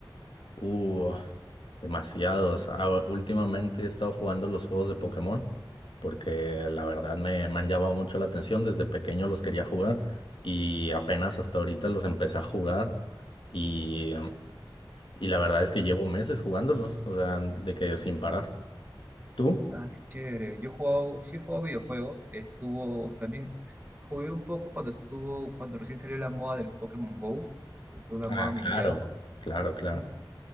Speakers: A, on the left (about 85°); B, on the right (about 20°).
A: Uh, demasiados. Ah, últimamente he estado jugando los juegos de Pokémon porque la verdad me, me han llamado mucho la atención. Desde pequeño los quería jugar y apenas hasta ahorita los empecé a jugar y, um, y la verdad es que llevo meses jugándolos, o sea, de que sin parar. ¿Tú?
B: Ah, qué chévere. Yo he jugado, sí he jugado videojuegos. Estuvo, también jugué un poco cuando estuvo, cuando recién salió la moda del Pokémon Go, que fue la
A: Ah,
B: moda mundial.
A: claro, claro, claro.
B: Ujú.